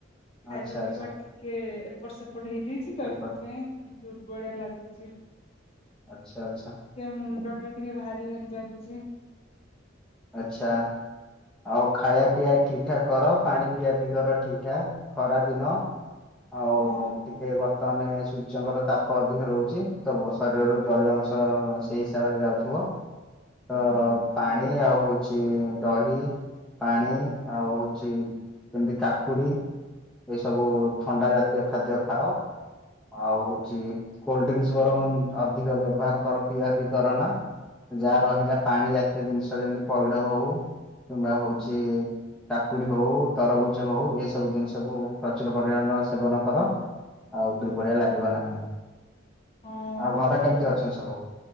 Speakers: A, on the left (about 30°); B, in the centre.
A: ଖାଇବା
B: ଆଚ୍ଛା
A: ପିଇବା
B: ଆଚ୍ଛା
A: ଟିକେ ଏପଟ ସେପଟ ହେଇଯାଇଛି ତ
B: ଏପ-
A: ସେଥିପାଇଁ। ଦୁର୍ବଳିଆ ଲାଗୁଚି।
B: ଆଛା ଆଛା।
A: ସେ ମୁଣ୍ଡ ଟା ଟିକେ ଭାରି ଭାରି ଲାଗୁଛି।
B: ଆଛା। ଆଉ ଖାଇବା ପିଇବା ଠିକ୍ ଠାକ୍ କର ପାଣି ପିଆ ପିଇ କର ଠିକ୍ ଠାକ୍ ଖରା ଦିନ। ଆଉ
A: ହଁ
B: ଟିକେ ବ ବର୍ତମାନେ ସୂର୍ଯ୍ୟଙ୍କର ତାପ ଅଧିକ ରହୁଛି ତ ଶରୀରରୁ ଜଳୀୟ ଅଂଶ ସେଇ ହିସାବରେ ଯାଉଥିବ। ତ
A: ହଁ
B: ପାଣି ଆଉ ହଉଛି ଦହି। ପାଣି ଆଉ ହଉଛି ଯେମିତି କାକୁଡି ଏସବୁ ଥଣ୍ଡା ଜାତୀୟ ଖାଦ୍ୟ ଖାଅ ଆଉ ହଉଛି। କୋଲଡ୍ରିଙ୍କସି ବରଙ୍ଗ ଅଧିକ ବ୍ୟବହାର କର ପିଇବା ପିଇ କର ନା। ଯାହା ରହିଲା ପାଣି ଜାତୀୟ ଜିନିଷ ଯେମତି ପଇଡ ହଉ। କିମ୍ବା ହଉଛି। କାକୁଡି ହଉ ତରଭୁଜ ହଉ ଏସବୁ ଜିନିଷ କୁ ପ୍ରଚୁର ପରିମାଣର ସେବନ କର। ଆଉ ଦୁର୍ବଳିଆ ଲାଗିବ ନାହି
A: ହଁ
B: ଆଉ ଘର
A: ଟିକେ
B: କେମତି ଅଛନ୍ତି ସବୁ?